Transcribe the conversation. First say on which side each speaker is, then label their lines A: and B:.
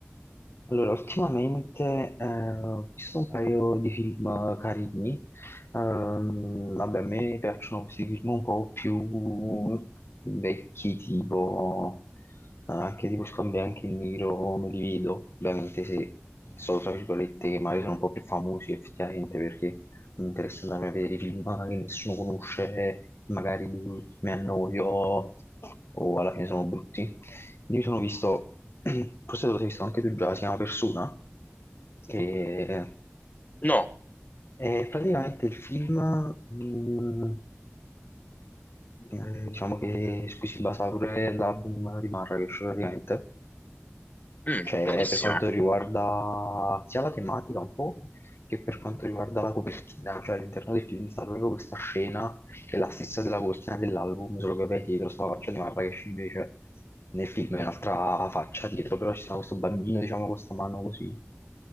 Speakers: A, on the left (about 60°); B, on the left (about 35°).
A: Allora, ultimamente eh, ho visto un paio di film carini. Ehm, vabbè, a me piacciono questi film un po' più vecchi, tipo eh, anche tipo Scambia anche in nero, me li vedo. Ovviamente se sono tra virgolette che magari sono un po' più famosi effettivamente perché mi interessa andare a vedere i film che nessuno conosce, magari mi annoio o alla fine sono brutti. Lì mi sono visto, <clears throat> forse te lo sei visto anche tu già, si chiama Persona, che
B: No,
A: è praticamente il film, mh, eh, eh, diciamo che su cui si basa pure l'album di Marrakesh praticamente.
B: Mm,
A: Cioè,
B: bellissimo.
A: per quanto riguarda sia la tematica un po', che per quanto riguarda la copertina, cioè all'interno del film sta proprio questa scena che è la stessa della copertina dell'album, solo che poi dietro sta la faccia di Marrakesh invece nel film è un'altra faccia dietro, però ci sta questo bambino, diciamo, con questa mano così.